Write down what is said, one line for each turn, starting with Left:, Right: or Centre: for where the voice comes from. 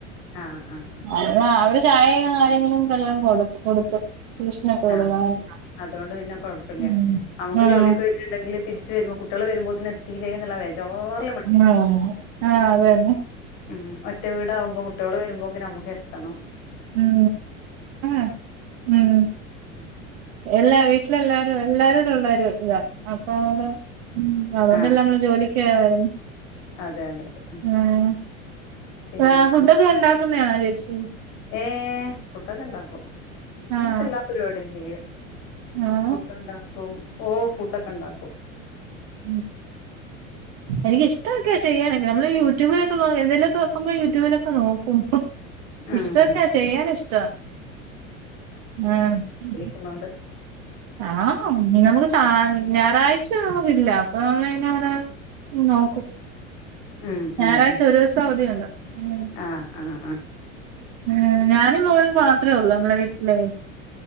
Left: ആ ആ ആ
Right: അല്ല
Left: ശരി
Right: അവര് ചായയും കാര്യങ്ങളുംക്ക എല്ലാം കൊടു കൊടുത്തു ട്യൂഷനൊക്കെ വിടും
Left: ആഹ്
Right: അങ്ങനെ
Left: അതോണ്ട് പിന്നെ കൊഴപ്പല്ല്യ
Right: ഉം
Left: നമ്മുക്ക്
Right: ആഹ്
Left: ജോലി ട്ട്ണ്ടെങ്കില് തിരിച്ച് വരുമ്പോൾ കുട്ടികൾ വരുമ്പോത്തിന് എത്തില്ലേ എന്നുള്ളബേജാർ ആയി
Right: അങ്ങനെ <unintelligible> ആഹ് അത് തന്നെ
Left: ഉം ഒറ്റ വീട് ആവുമ്പോ കുട്ടോള് വരുമ്പോക്ക്ന് നമ്മക്ക് എത്തണം
Right: ഉം <unintelligible> ഉം
Left: ഉം
Right: എല്ലാ വീട്ടിലെല്ലാരും എല്ലാരട ഉള്ളരും ഇത അപ്പ അടെ ഉം അതുകൊണ്ടല്ല
Left: ആ
Right: നമ്മള് ജോലിക്ക് <unintelligible>
Left: അതെ അതെ അതെ
Right: ഏഹ്
Left: പിന്നെ
Right: ആഹ് ഫുഡൊക്കെ ഉണ്ടാക്കുന്നെയാണോ ചേച്ചി
Left: ഏഹ് ഫുഡൊക്കെ ഇണ്ടാക്കും അങ്ങനത്തെ
Right: ആഹ്
Left: എല്ലാ പരിപാടിയും ചെയ്യും
Right: ആഹ്
Left: ഫുഡ് ഉണ്ടാക്കും ഓഹ് ഫുഡൊക്കെ ണ്ടാക്കും
Right: ഉം
Left: <inaudible>
Right: എനിക്ക് ഇഷ്ടം ഒക്കാ ചെയ്യാനക്ക നമ്മള് യൂട്യൂബൊക്കെ നോ എന്തെലൊക്കെ വെക്കുമ്പോ യൂട്യൂബിലൊക്കെ നോക്കും
Left: ഉം
Right: ഇഷ്ടം
Left: ഉം
Right: ഒക്കെ ചെയ്യൻ ഇഷ്ട്ടൊവ ന്നാണ് ഉം
Left: ട്ട് ണോണ്ട്
Right: ആഹ് നമുക്ക് ച്ചാ ഞായറാഴ്ച നമുക്കില്ല അപ്പൊ നമ്മിങ്ങനെ ഓരോ ഉം നോക്കും
Left: ഉം
Right: ഞായറാഴ്ച
Left: ഉം ഉം
Right: ഒരു ദിവസം അവധിയുണ്ട് ഉം
Left: ആഹ് ആഹ് ആഹ് ശരി
Right: ഉം ഞാനും മോളും മാത്രേ ള്ളൂ നമ്മടെ വീട്ടിലേയ്